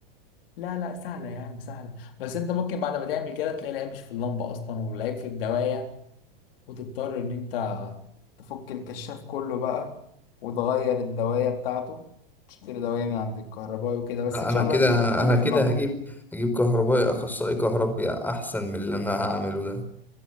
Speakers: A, on the left; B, in the centre.
A: لا لا سهلة يا عم سهلة بس انت ممكن بعد ما تعمل كده تلاقي العيب مش في اللمبة اصلا والعيب في الدواية وتضطر ان انت تفك الكشاف كله بقى وتغير الدواية بتاعته تشتري دواية من عند الكهربائي وكده بس
B: لا
A: إن شاء
B: أنا
A: الله
B: كده
A: يكون حل
B: أنا كده
A: في اللمبة
B: هجيب هجيب كهربائي أخصائي كهربي أحسن من اللي أنا هعمله ده